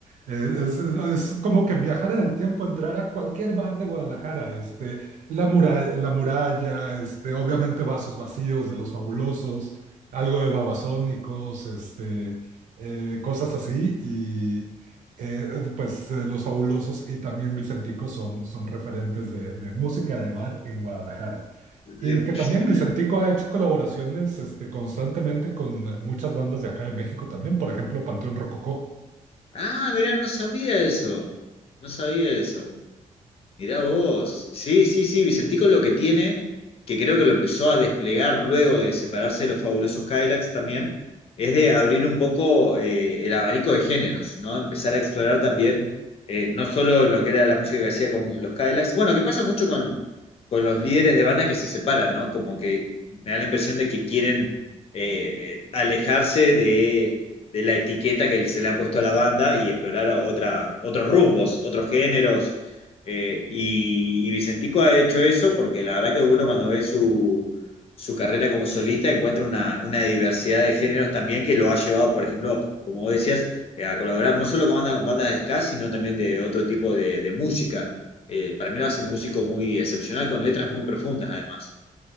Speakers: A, on the right; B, on the left.
A: Eh, es, es como que viajar en el tiempo, entrar a cualquier bar de Guadalajara, este, la muralla, la muralla, este, obviamente vasos vacíos de los fabulosos algo de Babasónicos, este, eh, cosas así y eh, pues eh, Los Fabulosos y también Vicentico son, son referentes de, de música de bar en Guadalajara. Y
B: De música.
A: que también Vicentico ha hecho colaboraciones este, constantemente con muchas bandas de acá de México también, por ejemplo, Panteón Rococó.
B: Ah, mirá, no sabía eso. No sabía eso. Mirá vos. Sí, sí, sí, Vicentico lo que tiene, que creo que lo empezó a desplegar luego de separarse de los fabulosos Cadillacs también, es de abrir un poco eh, el abanico de géneros, ¿no? Empezar a explorar también, eh, no solo en lo que era la música que hacía con los Cadillacs, bueno, que pasa mucho con, con los líderes de banda que se separan, ¿no? Como que me da la impresión de que quieren eh, alejarse de, de la etiqueta que se le ha puesto a la banda y explorar otra, otros rumbos, otros géneros eh, y, y Vicentico ha hecho eso porque la verdad que uno cuando ve su, su carrera como solista encuentra una, una diversidad de géneros también que lo ha llevado, por ejemplo, como vos decías, eh, a colaborar no solo con bandas, con bandas de ska, sino también de otro tipo de, de música. Eh, para mí lo hace un músico muy excepcional con letras muy profundas además.